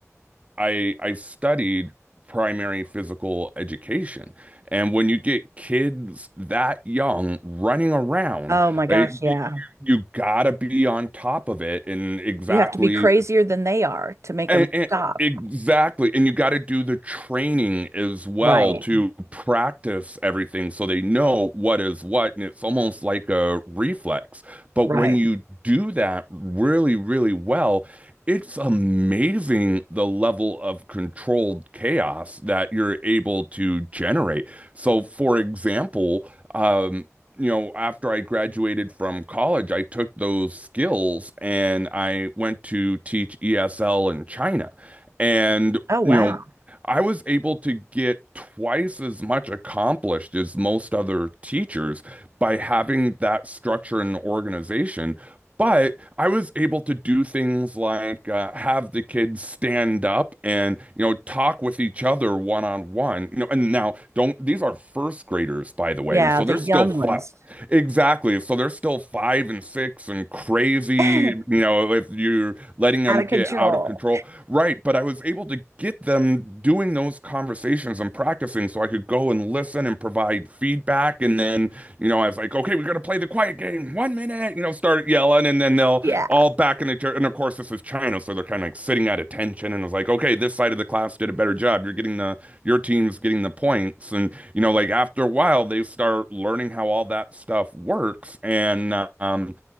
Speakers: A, on the right; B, on the right.
A: I I studied primary physical education. And when you get kids that young running around,
B: Oh my
A: like,
B: gosh, yeah.
A: you, you you gotta be on top of it and exactly
B: You have to be crazier than they are to make
A: and,
B: them
A: and
B: stop.
A: exactly. And you got to do the training as well
B: Right.
A: to practice everything so they know what is what. And it's almost like a reflex. But
B: Right.
A: when you do that really, really well, it's amazing the level of controlled chaos that you're able to generate. So, for example, um, you know, after I graduated from college, I took those skills and I went to teach ESL in China. And,
B: Oh, wow.
A: you know, I was able to get twice as much accomplished as most other teachers by having that structure and organization. But I was able to do things like uh, have the kids stand up and, you know, talk with each other one on one. You know, and now don't, these are first graders, by the way.
B: Yeah,
A: And so
B: the
A: they're
B: young
A: still
B: ones
A: Exactly. So they're still five and six and crazy,
B: <laughs> out
A: you know, if you're letting them
B: of
A: get
B: control.
A: out of control. Right. But I was able to get them doing those conversations and practicing so I could go and listen and provide feedback. And then, you know, I was like, okay, we're going to play the quiet game. One minute, you know, start yelling. And then they'll
B: <laughs> yeah,
A: all back in the chair. And of course, this is China. So they're kind of like sitting at attention. And I was like, okay, this side of the class did a better job. You're getting the, your team's getting the points. And, you know, like after a while, they start learning how all that stuff works. And, um,